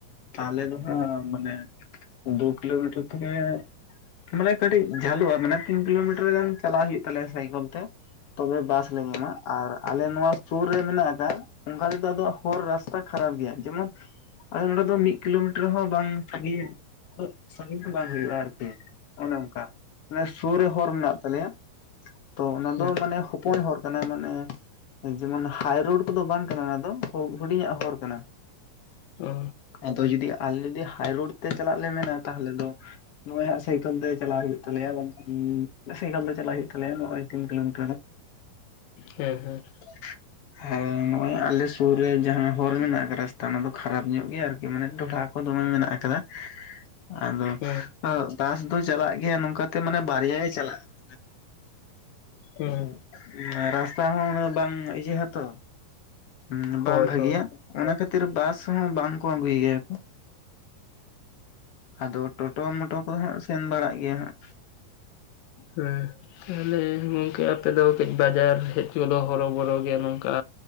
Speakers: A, on the left (about 60°); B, on the left (about 80°).
A: ᱛᱟᱦᱚᱞᱮ ᱫᱚ ᱦᱟᱸᱜ ᱢᱟᱱᱮ ᱫᱩ ᱠᱤᱞᱳᱢᱤᱴᱟᱨ ᱛᱷᱮᱠᱮ ᱢᱟᱱᱮ ᱠᱟᱹᱴᱤᱡ ᱡᱷᱟᱹᱞᱩᱜᱼᱟ ᱢᱟᱱᱮ ᱛᱤᱱ ᱠᱤᱞᱳᱢᱤᱴᱟᱨ ᱜᱟᱱ ᱪᱟᱞᱟᱜ ᱦᱩᱭᱩᱜ ᱛᱟᱞᱮᱭᱟ ᱥᱟᱭᱠᱚᱞ ᱛᱮ᱾ ᱛᱚᱵᱮ ᱵᱟᱥ ᱞᱮ ᱧᱟᱢᱟ ᱟᱨ ᱟᱞᱮ ᱱᱚᱣᱟ ᱥᱩᱨ ᱨᱮ ᱢᱮᱱᱟᱜ ᱟᱠᱟᱜ ᱚᱝᱠᱟ ᱛᱮᱫᱚ ᱟᱫᱚ ᱦᱚᱨ ᱨᱟᱥᱛᱟ ᱠᱷᱟᱨᱟᱯ ᱜᱮᱭᱟ ᱡᱮᱢᱚᱱ ᱟᱞᱮ ᱱᱚᱸᱰᱮ ᱫᱚ ᱢᱤᱫ ᱠᱤᱞᱳᱢᱤᱴᱟᱨ ᱦᱚᱸ ᱵᱟᱝ ᱥᱟᱺᱜᱤᱧ, ᱩᱱᱟᱹᱜ ᱥᱟᱜᱤᱧ ᱦᱚᱸ ᱵᱟᱝ ᱦᱩᱭᱩᱜᱼᱟ ᱟᱨᱠᱤ᱾ ᱚᱱᱮ ᱚᱝᱠᱟ, ᱢᱟᱱᱮ ᱥᱩᱨ ᱨᱮ ᱦᱚᱨ ᱢᱮᱱᱟᱜ ᱛᱟᱞᱮᱭᱟ ᱛᱚ ᱚᱱᱟ
B: ᱦᱮᱸ
A: ᱫᱚ ᱢᱟᱱᱮ ᱦᱚ ᱯᱚᱱ ᱦᱚᱨ ᱠᱟᱱᱟ ᱢᱟᱱᱮ ᱡᱮᱢᱚᱱ ᱦᱟᱭᱨᱳᱰ ᱠᱚᱫᱚ ᱵᱟᱝ ᱠᱟᱱᱟ ᱚᱱᱟ ᱫᱚ, ᱦᱩ ᱦᱩᱰᱤᱧᱟᱜ ᱦᱚᱨ ᱠᱟᱱᱟ᱾
B: ᱦᱮᱸ ᱚ
A: ᱟᱫᱚ ᱡᱩᱫᱤ ᱟᱞᱮ ᱡᱩᱫᱤ ᱦᱟᱭ ᱨᱳᱰ ᱛᱮ ᱪᱟᱞᱟᱜ ᱞᱮ ᱢᱮᱱᱟ ᱛᱟᱦᱚᱞᱮ ᱫᱚ, ᱱᱚᱜᱼᱚᱭ ᱦᱟᱸᱜ ᱥᱟᱭᱠᱮᱞ ᱛᱮ ᱪᱟᱞᱟᱜ ᱦᱩᱭᱩᱜ ᱛᱟᱞᱮᱭᱟ ᱵᱟᱝᱠᱷᱟᱱ ᱥᱟᱭᱠᱮᱞ ᱛᱮ ᱪᱟᱞᱟᱜ ᱦᱩᱭᱩᱜ ᱛᱟᱞᱮᱭᱟ ᱱᱚᱜ-ᱚᱭ ᱛᱤᱱ ᱠᱤᱞᱳᱢᱤᱴᱟᱨ ᱜᱟᱱ᱾ <inaudible>
B: ᱦᱮᱸ ᱦᱮᱸ᱾
A: <inaudible> ᱦᱮᱸ ᱱᱚᱜ-ᱚᱭ ᱟᱞᱮ ᱥᱩᱨ ᱨᱮ ᱡᱟᱦᱟᱸ ᱦᱚᱨ ᱢᱮᱱᱟᱜ ᱟᱠᱟᱜ ᱨᱟᱥᱛᱟ ᱚᱱᱟ ᱫᱚ ᱠᱷᱟᱨᱟᱯ ᱧᱚᱜ ᱜᱮᱭᱟ ᱟᱨᱠᱤ ᱢᱟᱱᱮ ᱰᱚᱵᱷᱟᱜ ᱠᱚ ᱫᱚᱢᱮ ᱢᱮᱱᱟᱜ ᱟᱠᱟᱫᱟ᱾ ᱟᱫᱚ,
B: ᱦᱮᱸ
A: ᱵᱟᱥ ᱫᱚ ᱪᱟᱞᱟᱜ ᱜᱮᱭᱟ ᱱᱚᱝᱠᱟᱛᱮ ᱢᱟᱱᱮ ᱵᱟᱨᱭᱟ ᱜᱮ ᱪᱟᱞᱟᱜᱼᱟ᱾ <inaudible>
B: ᱦᱮᱸ
A: <inaudible> ᱨᱟᱥᱛᱟ ᱦᱚᱸ ᱩᱱᱟᱹᱜ ᱵᱟᱝ ᱤᱭᱟᱹ ᱦᱟᱛᱚ, ᱦᱩᱸ
B: ᱦᱳᱭ
A: ᱵᱟᱝ ᱵᱷᱟᱹᱜᱤᱭᱟ,
B: ᱦᱳᱭ
A: ᱚᱱᱟ ᱠᱷᱟᱹᱛᱤᱨ ᱵᱟᱥ ᱦᱚᱸ ᱵᱟᱝ ᱠᱚ ᱟᱹᱜᱩᱭ ᱜᱮᱭᱟ ᱠᱚ᱾ ᱟᱫᱚ ᱴᱳᱴᱳ ᱢᱚᱴᱳ ᱠᱚᱫᱚ ᱦᱟᱸᱜ ᱥᱮᱱ ᱵᱟᱲᱟᱜ ᱜᱮᱭᱟ ᱦᱟᱸᱜ᱾
B: ᱦᱮᱸ᱾ ᱛᱟᱦᱚᱞᱮ ᱜᱚᱝᱠᱮ ᱟᱯᱮ ᱫᱚ ᱠᱟᱹᱡ ᱵᱟᱡᱟᱨ ᱦᱮᱡ ᱠᱚᱫᱚ ᱦᱚᱨᱚ ᱵᱚᱨᱚ ᱜᱮ ᱱᱚᱝᱠᱟ